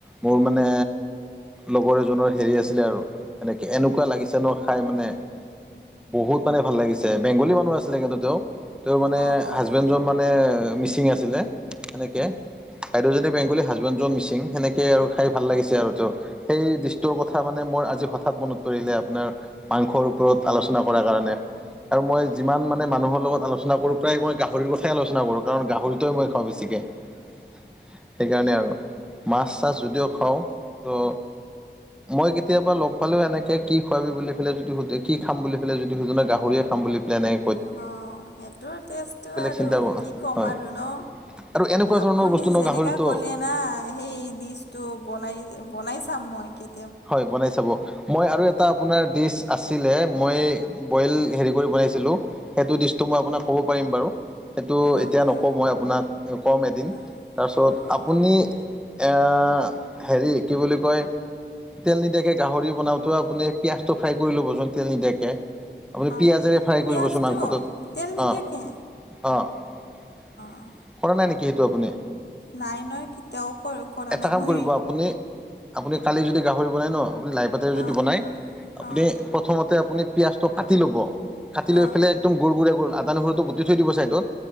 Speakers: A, in the centre; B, on the left.
A: মোৰ মানে লগৰ এজনৰ হেৰি আছিলে আৰু সেনেকে এনেকুৱা লাগিছে ন খাই মানে বহুত মানে ভাল লাগিছে বেংগলী মানুহ আছিলে কিন্তু তেওঁ তেওঁৰ মানে
B: অ অ অ অ
A: হাজবেণ্ডজন মান নে মিচিং আছিলে সেনেকে বাইদেউ জনি বেংগলী হাজবেণ্ডজন মিচিং সেনেকে আৰু খাই ভাল লাগিছে আৰু তেওঁ সেই দৃষ্টোৰ কথা মানে মোৰ আজি হঠাৎ মনত পৰিলে আপোনাৰ মাংসৰ ওপৰত আলো চনা কৰাৰ কাৰণে আৰু মই যিমান মানে মানুহৰ লগত আলচনা কৰো প্ৰায় মই গাহৰিৰ কথাই আলোচনা কৰো কাৰণ গা গাহৰিতোৱে মই খাওঁ বেছিকে সেইকাৰণে আৰু মাছ চাছ যদিও খাওঁ ত মই কেতিয়াবা লগ পালেও এনেকে কি খুৱাবি বুলি পেলে যদি সুধে কি খাম বুলি পেলে যদি সুধে নহয় গাহৰিয়ে। খাম বুলি পেলা এনেই।
B: অ সেইটোৰ টেষ্টটো আৰু
A: চিন্তা
B: কি ক'ম
A: হয়
B: আৰু ন।
A: আৰু এনেকুৱা ধৰণৰ
B: আপুনি
A: বস্তু ন
B: যেনেকা
A: গাহৰিটো
B: ক'লে। না সেই ডিচটো বনাই বনাই চাম মই কে
A: হয় বনাই চাব মই আৰু এটা আপোনাৰ ডিছ আছিলে মই বইল হেৰি কৰি বনাইছিলোঁ সেইটো ডিচটো মই আপোনাক ক'ব পাৰিম বাৰু সেইটো
B: অ
A: এতিয়া
B: কি
A: নকওঁ মই আপোনাক ক'ম এদিন
B: অ
A: তাৰপিছত
B: অ হ'ব
A: আপুনি এয়া হেৰি কি বুলি কয়? তেল নিদিয়াকে গাহৰি বনাওঁতে আপুনি পিয়াঁজটো ফ্ৰাই কৰি ল'বচোন তেল নিদিয়াকে আপুনি
B: অ
A: পিঁয়াজেৰে ফ্ৰাই
B: পিঁয়াজটো
A: কৰিবচোন মাংসটোত
B: তেল নিদিয়াকৈ
A: অ অঁশ
B: অ
A: কৰা নাই নেকি সেইটো আপুনি
B: নাই নহয় কেতিয়াও কৰোঁ কৰা
A: এটা
B: নাই
A: কাম
B: মই
A: কৰিব আপুনি আপুনি কালি যদি গাহৰি বনায় ন আপুনি লাই পাতেৰে যদি
B: অঁ
A: বনায় আপুনি
B: অঁ
A: প্ৰথমতে আপুনি পিয়াজটো কাটি ল'ব কাটি লৈ
B: অঁ
A: পেলে একদম গুৰ গুৰিয়া কৰি আদা, নহৰুটো। দি থৈ দিব ছাইডত